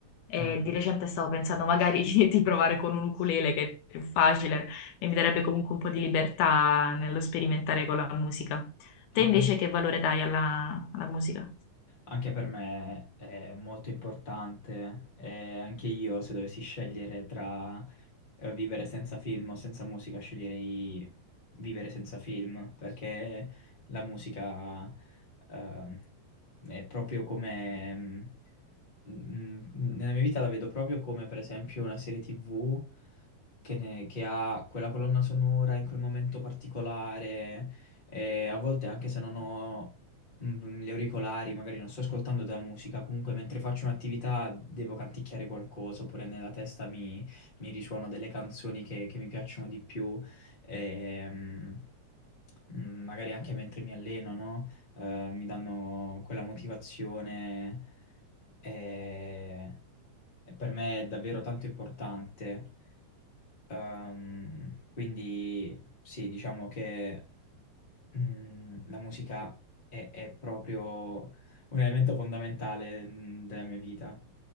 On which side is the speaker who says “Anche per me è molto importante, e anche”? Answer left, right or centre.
Left